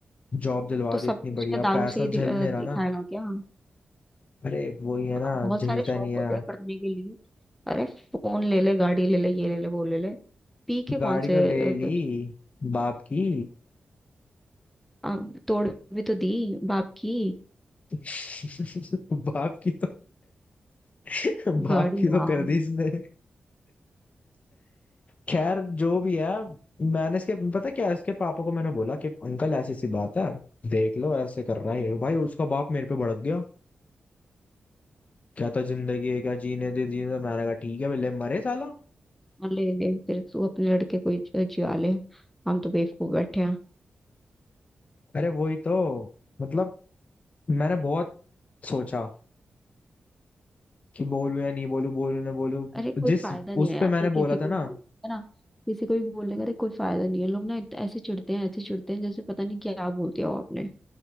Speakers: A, on the left; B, in the centre.
A: जॉब दिलवा
B: तो सब
A: दी इतनी
B: कुछ
A: बढ़िया
B: क्या दारू
A: पैसा
B: से ही
A: झलने
B: दि- अ,
A: रहा
B: दिखाएगा
A: ना
B: क्या
A: अरे वही है
B: अ,
A: ना
B: बहुत
A: झेलता
B: सारे शौक
A: नहीं है
B: होते हैं करने के लिए अरे फोन ले ले गाड़ी ले ले ये ले ले वो ले ले पी के कौन
A: गाड़ी
B: से
A: तो ले
B: अ,
A: ली बाप की
B: अ, तोड़ भी तो दी बाप की
A: <laughs> बाप की तो <laughs> बाप
B: गाड़ी
A: की
B: यार
A: तो कर दी इसने खैर जो भी है मैंने इसके पता क्या इसके पापा को मैंने बोला कि अंकल ऐसी सी बात है देख लो ऐसे कर रहा है भाई उसका बाप मेरे पे भड़क गया कहता जिंदगी है क्या जीने दे जीने दे मैंने कहा ठीक है ले मरे साला
B: हाँ, ले ले फिर तू अपने लड़के को ही ज- जिया ले हम तो बेवकूफ बैठे हैं
A: अरे वही तो मतलब मैंने बहुत सोचा कि बोलूं या नहीं बोलूं बोलूं ना बोलूं
B: अरे कोई
A: जिस
B: फायदा नहीं
A: उस
B: है यार
A: पे मैंने
B: देख किसी
A: बोला
B: को
A: था ना
B: भी बोल- है ना किसी को भी बोलने का देख कोई फायदा नहीं है लोग ना इत- ऐसे चिढ़ते हैं ऐसे चिढ़ते हैं जैसे पता नहीं क्या बोल दिया हो आपने